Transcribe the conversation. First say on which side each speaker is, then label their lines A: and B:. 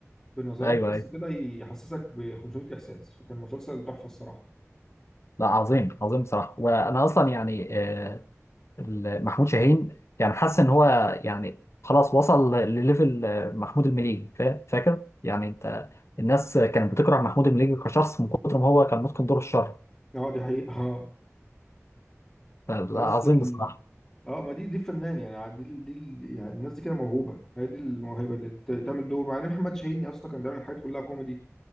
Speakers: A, on the left; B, on the left.
A: بنظراته
B: ايوه
A: بس
B: ايوه
A: كده يحسسك ب 500 احساس فكان مسلسل تحفه الصراحه
B: لا عظيم عظيم بصراحة وأنا أصلا يعني آه، ال- محمود شاهين يعني حاسس إن هو يعني خلاص وصل لليفل آه، محمود المليجي فا- فاكر يعني أنت الناس كانت بتكره محمود المليجي كشخص من كتر ما هو كان متقن دور الشر
A: اه دي حقيقة اه
B: لا،
A: بحس
B: عظيم
A: ال
B: بصراحة
A: اه ما دي دي فنان يعني دي ال... دي ال... يعني الناس دي كده موهوبة هي دي الموهبة اللي ت- تعمل دور مع ان محمد شاهيني اصلا كان بيعمل الحاجات كلها كوميدي